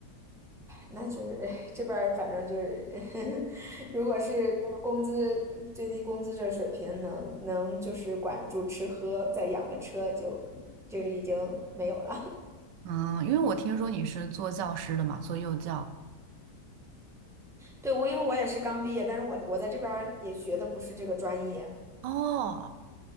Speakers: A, in the centre; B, on the right.
A: 那就是唉这边儿反正就是 <laughs> 如果是就是工资最低工资这水平能能就是管住吃喝，再养个车就已就已经没有了。<laughs>
B: 嗯，因为我听说你是做教师的嘛，做幼教。
A: 对，我因为我也是刚毕业，但是我我在这边儿也学的不是这个专业，
B: 哦，